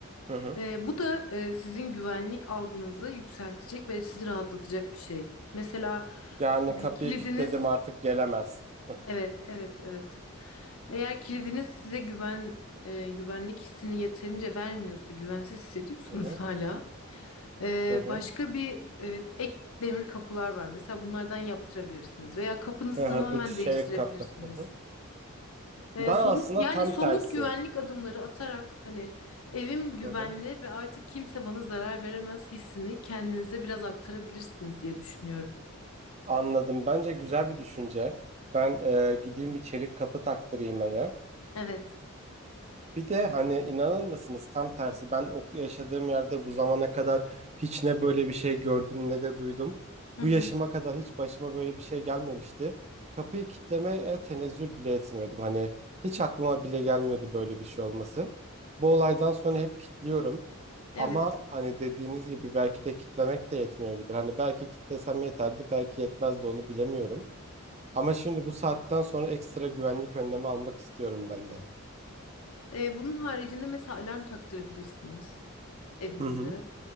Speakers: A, on the right (about 30°); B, on the left (about 75°).
A: Hı hı.
B: E, bu da e, sizin güvenlik algınızı yükseltecek ve sizi rahatlatacak bir şey. Mesela
A: Yani kapıyı
B: e, kilidiniz
A: kilitledim artık gelemez. Hı
B: Evet, evet, evet. Eğer kilidiniz size güven e, güvenlik hissini yeterince vermiyorsa, güvensiz hissediyorsanız
A: hı.
B: hala e,
A: Hı hı.
B: başka bir e, ek demir kapılar var. Mesela bunlardan yaptırabilirsiniz veya kapınızı
A: Hı
B: tamamen
A: hı. Bu çelik
B: değiştirebilirsiniz.
A: kapı. Hı hı.
B: E,
A: Ben
B: somu-
A: aslında
B: yani
A: tam
B: somut
A: tersi.
B: güvenlik adımları atarak hani evim güvenli
A: Hı hı.
B: ve artık kimse bana zarar veremez hissini kendinize biraz aktarabilirsiniz diye düşünüyorum.
A: Anladım. Bence güzel bir düşünce. Ben e, gideyim bir çelik kapı taktırayım eve.
B: Evet.
A: Bir de hani inanır mısınız tam tersi ben o yaşadığım yerde bu zamana kadar hiç ne böyle bir şey gördüm ne de duydum.
B: Hı
A: Bu
B: hı.
A: yaşıma kadar hiç başıma böyle bir şey gelmemişti. Kapıyı kitlemeye tenezzül bile etmiyordum. Hani hiç aklıma bile gelmiyordu böyle bir şey olması. Bu olaydan sonra hep kitliyorum.
B: Evet.
A: Ama hani dediğiniz gibi belki de kitlemek de yetmeyebilir. Hani belki kitlesem yeterdi, belki yetmezdi onu bilemiyorum. Ama şimdi bu saatten sonra ekstra güvenlik önlemi almak istiyorum ben de.
B: Ee, bunun haricinde mesela alarm taktırabilirsiniz evinize.
A: Hı hı.